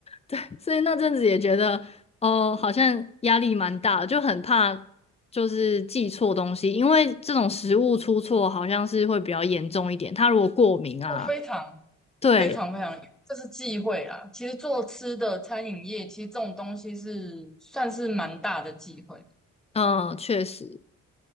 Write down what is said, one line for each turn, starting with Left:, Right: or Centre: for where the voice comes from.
Left: 对，所以那阵子也觉得，哦，好像压力蛮大的，就很怕就是记错东西，因为这种食物出错好像是会比较严重一点。他如果过敏啊，
Centre: 哦，非常。
Left: 对，
Centre: 非常非常，因为这是忌讳啦。其实做吃的餐饮业，其实这种东西是算是蛮大的忌讳
Left: 嗯，确实